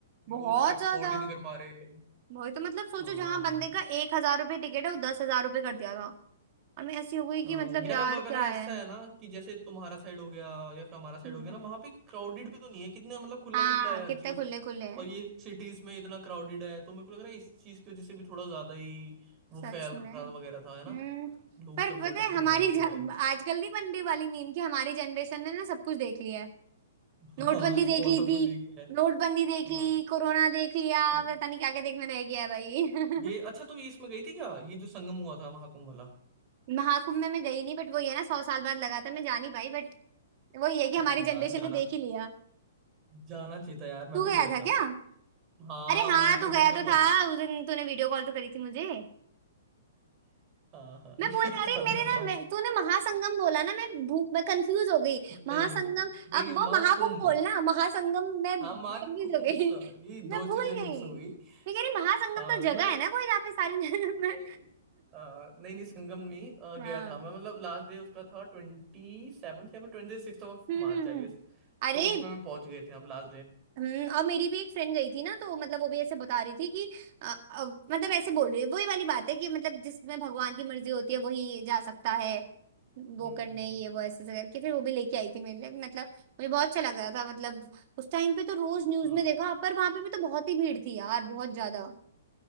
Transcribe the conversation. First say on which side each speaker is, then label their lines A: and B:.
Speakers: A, on the right; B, on the right.
A: बहुत
B: लोग अफोर्ड
A: ज्यादा
B: ही नहीं कर पा रहे हैं
A: वही तो मतलब सोचो
B: हाँ
A: जहां बंदे का एक हजार रुपये टिकट है वो दस हजार रुपये कर दिया था और मैं ऐसी हो गई
B: अ,
A: कि मतलब
B: यार
A: यार
B: अब अब
A: क्या
B: है ना
A: है
B: ऐसा है ना कि जैसे तुम्हारा साइड हो गया या फिर हमारा साइड
A: हम्म।
B: हो गया ना वहां पे क्राउडेड भी तो नहीं है कितना मतलब खुला
A: हाँ
B: खुला है हर
A: कितने
B: चीज
A: खुले खुले हैं।
B: और ये सिटीज में इतना क्राउडेड है तो मेरे को लग रहा है इस चीज की वजह से भी थोड़ा ज्यादा ही वो
A: सच
B: फैल
A: में
B: रहा
A: हम्म
B: वगैरह था है ना लोग
A: पर
B: सब
A: पता
B: डर डर
A: है
B: के
A: हमारी
B: भाग रहे थे
A: ज-
B: भाई
A: आजकल नहीं बन रही वाली मीम कि हमारी जनरेशन ने ना सब कुछ देख लिया है
B: <laughs>
A: नोटबंदी
B: हाँ ऑफ
A: देख
B: कोर्स
A: ली
B: सब
A: थी
B: कुछ देख लिया है
A: नोटबंदी
B: अ,
A: देख ली कोरोना देख लिया
B: अ,
A: पता नहीं क्या क्या देखने रह गया है भाई
B: ये
A: <laughs>
B: अच्छा तुम ये इसमें गई थी क्या ये जो संगम हुआ था महाकुंभ वाला
A: महाकुंभ में मैं गई नहीं बट वो ये ना सौ साल बाद लगा था मैं जानी भाई बट वो ये है कि हमारी
B: यार
A: जनरेशन
B: जाना
A: ने देख ही लिया
B: जाना चाहिए था यार मैं
A: तू
B: तो
A: गया
B: गया
A: था
B: था
A: क्या
B: हाँ
A: अरे हाँ
B: मैं आखिरी
A: तू
B: दिन
A: गया
B: में
A: तो
B: पहुंच
A: था
B: ही गया
A: उस दिन तूने वीडियो कॉल तो करी थी मुझे
B: हाँ हाँ
A: मैं
B: <laughs> गया
A: बोल रहा, अरे
B: था
A: मेरे
B: मैं
A: ना
B: वहां
A: मैं तूने महासंगम बोला ना मैं भूख मैं कंफ्यूज हो गई
B: नहीं
A: महासंगम
B: नहीं नहीं नहीं
A: अब
B: नहीं
A: वो
B: माँ
A: महाकुंभ
B: कुंभ
A: बोलना महासंगम मैं
B: हाँ माँ
A: कंफ्यूज
B: कुंभ
A: हो गई
B: <laughs> सॉरी
A: <laughs> मैं
B: दो
A: भूल
B: चीजें मिक्स
A: गई
B: हो गई
A: मैं कह रही महासंगम
B: हाँ
A: तो जगह
B: तो मैं
A: है ना कोई जहाँ पे सारी <laughs>
B: नहीं
A: मैं
B: नहीं आ, नहीं नहीं संगम में आ, गया
A: हाँ
B: था मैं मतलब लास्ट डे उसका था ट्वेंटी सेवन्थ या ट्वेंटी सिक्स ऑफ
A: हम्म
B: मार्च
A: हम्म
B: आई
A: हम्म
B: गेस
A: अरे
B: तो उसमें मैं पहुंच गए थे हम लास्ट डे
A: हम्म और मेरी भी एक फ्रेंड गई थी ना तो मतलब वो भी ऐसे बता रही थी कि अ, अ, मतलब ऐसे बोल रही है वही वाली बात है कि मतलब जिसमें भगवान की मर्जी होती है वही जा सकता है वो
B: हम्म
A: करने ये वो ऐसे ऐसे करके फिर वो भी लेके आई थी मेरे लिए मतलब मुझे बहुत अच्छा लग रहा था मतलब उस टाइम पे तो रोज न्यूज
B: हाँ
A: में देखा पर वहां पे भी तो बहुत ही भीड़ थी यार बहुत ज्यादा